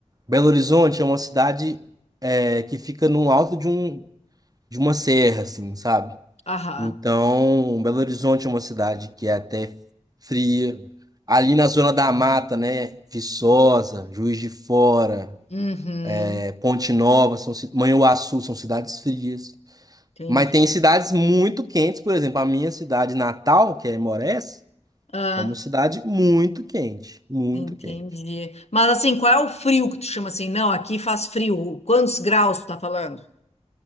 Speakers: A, on the right; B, on the left.
A: Belo Horizonte é uma cidade é, que fica no alto de um, de uma serra, assim, sabe?
B: aham.
A: Então, Belo Horizonte é uma cidade que é até fria. Ali na zona da mata, né? Viçosa, Juiz de Fora.
B: Uhum,
A: É Ponte Nova, são, ci- Manhuaçu, são cidades frias.
B: entendi.
A: Mas tem cidades muito quentes, por exemplo, a minha cidade natal, que é Morés,
B: Ah,
A: é uma cidade muito quente, muito
B: entendi.
A: quente.
B: Mas assim, qual é o frio que tu chama assim? Não, aqui faz frio. Quantos graus tu tá falando?